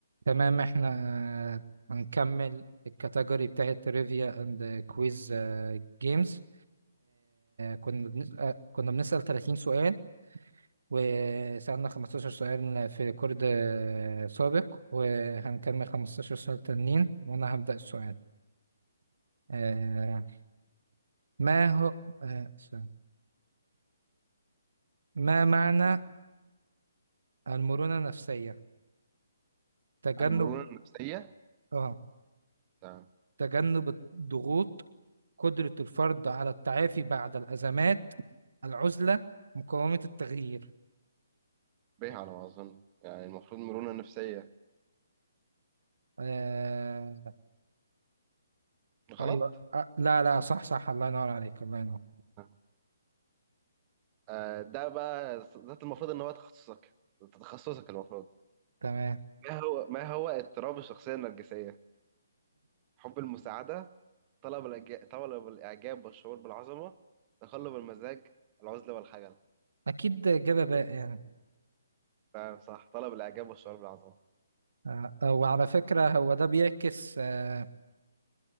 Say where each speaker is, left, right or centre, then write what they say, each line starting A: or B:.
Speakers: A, on the right; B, on the right.
A: تمام احنا هنكمل الكاتيجوري بتاعت تريفيا اند كويز جيمز كنا بنسأل كنا بنسأل 30 سؤال وسألنا 15 سؤال في ريكورد آه، سابق وهنكمل 15 سؤال تانيين وانا هبدأ السؤال آه، ما هو آه، ثواني. ما معنى المرونة النفسية تجنب
B: المرونة النفسية
A: اه
B: تمام
A: تجنب الضغوط قدرة الفرد على التعافي بعد الأزمات العزلة مقاومة التغيير
B: به على ما أظن يعني المفروض مرونة نفسية
A: آه...
B: غلط
A: أيوة آه... لا لا صح صح الله ينور عليك الله ينور
B: تمام. آه، ده بقى ده المفروض إن هو تخصصك ده تخصصك المفروض
A: تمام
B: ما هو ما هو اضطراب الشخصية النرجسية حب المساعدة طلب الإعجاب طلب الإعجاب والشعور بالعظمة تقلب المزاج العزلة والخجل
A: أكيد إجابة باقي يعني
B: تمام صح طلب الإعجاب والشعور بالعظمة
A: آه... آه، وعلى فكرة هو ده بيعكس آه...